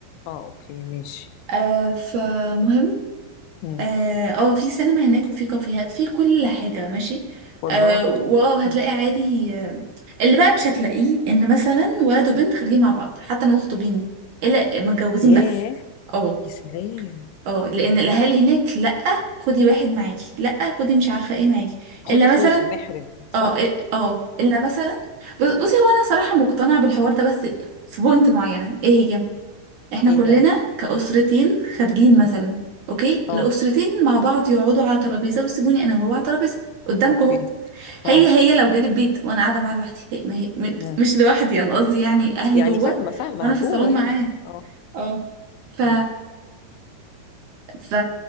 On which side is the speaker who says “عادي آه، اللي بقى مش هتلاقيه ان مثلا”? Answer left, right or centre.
Right